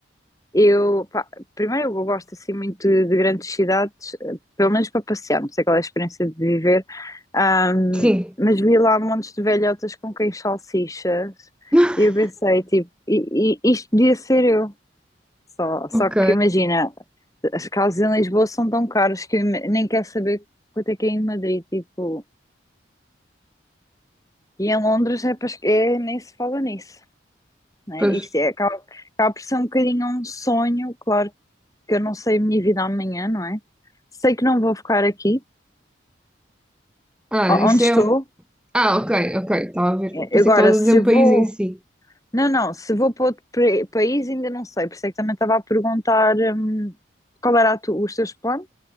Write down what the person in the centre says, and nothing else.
Sim,
<laughs>
ok.
Pois.
Ah,
isso
é.
um- Ah, ok, ok, estava a ver.
Pensei que
estavas
a dizer o
país em si.